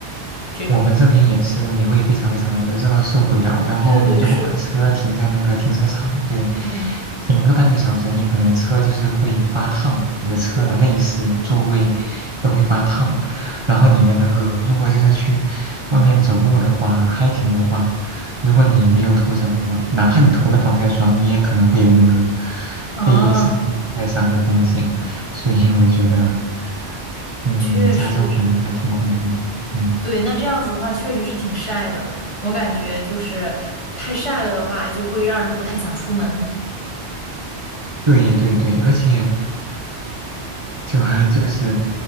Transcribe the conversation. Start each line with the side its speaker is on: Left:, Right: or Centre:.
Left: 这种。
Right: 我们这边也是，你会非常非常热，热到受不了。然后你如果把车停在那个停车场，
Left: 对对对，是的，
Right: 对，
Left: 嗯，
Right: 停个半个小时，你可能车就是会发烫，你的车的内饰、
Left: 哇，
Right: 座位都会发烫。然后你的那个，如果就是去外面走路的话，hiking 的话，如果你没有涂什么，哪怕你涂了防晒霜，你也可能会有那个
Left: 啊，
Right: 被晒黑晒伤的风险。所以我觉得，嗯，
Left: 确实是，
Right: 加州可能还挺恐怖的，嗯。
Left: 对，那这样子的话确实是挺晒的，我感觉就是太晒了的话，就会让人不太想出门。
Right: 对对对，而且就 <laughs> 就是